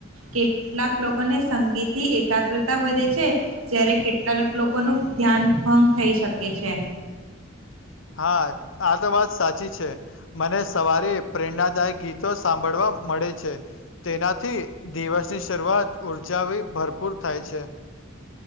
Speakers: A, on the right; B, on the left.
A: કેટલાક લોકોને સંગીથી એકાગ્રતા વધે છે જ્યારે કેટલાક લોકોનું ધ્યાન ભંગ થઈ શકે છે
B: હા આ તો વાત સાચી છે મને સવારે પ્રેરણાદાયક ગીતો સાંભળવા મળે છે તેનાથી દિવસની શરૂઆત ઉર્જા વી ભરપૂર થાય છે.